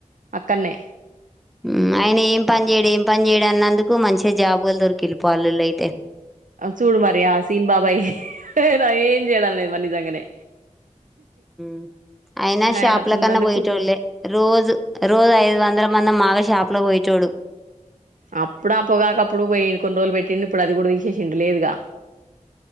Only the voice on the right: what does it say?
అక్కన్నే
చూడు మరి ఆ సీన్ బాబాయ్ న ఏం చేయాడం లేదు మరి నిజంగానే
ఆయన
అట్లున్నందుకు
అప్పుడు ఆ పోగాకప్పుడు పోయి కొన్ని రోజులు పెట్టిండి ఇప్పుడు అది కూడా తీసేసిండు లేదిగా